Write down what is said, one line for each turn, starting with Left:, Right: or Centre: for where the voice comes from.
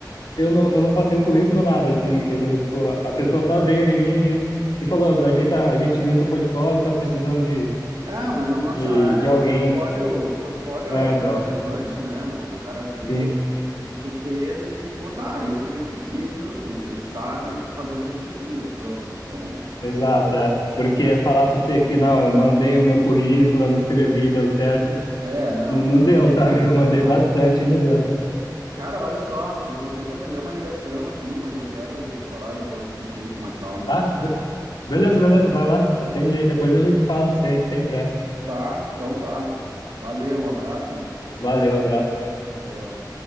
Left: eu não, eu não passei o currículo nada, assim, ele, o- o- a pessoa só veio em mim e, e falou, a gente, tá, a gente viu seu portfólio, tá precisando de,
Right: Ah, mas na nossa
Left: de,
Right: área,
Left: de alguém.
Right: o portfólio, o portfólio
Left: É,
Right: é mais
Left: então,
Right: relevante, né? O cara vê
Left: sim,
Right: o que tu fez e tipo, tá, é isso que a gente precisa. Ele, ele sabe fazer o que a gente precisa. Pronto. Então,
Left: exato, é. Porque falar para você que não, eu mandei o meu currículo, eu me inscrevi, deu certo,
Right: é, não,
Left: Não, não
Right: é
Left: deu,
Right: isso,
Left: sabe? Eu mandei
Right: claro.
Left: bastante e não deu.
Right: Cara, olha só, eu vou ter que atender uma ligação aqui, mas eu quero falar depois contigo com mais calma.
Left: Ah, be- beleza,
Right: Ah,
Left: beleza, vai lá. Atende aí, depois a gente fala. Sem, sem pressa.
Right: Tá, então tá. Valeu, um abraço.
Left: Valeu, abraço.
Right: Tchau.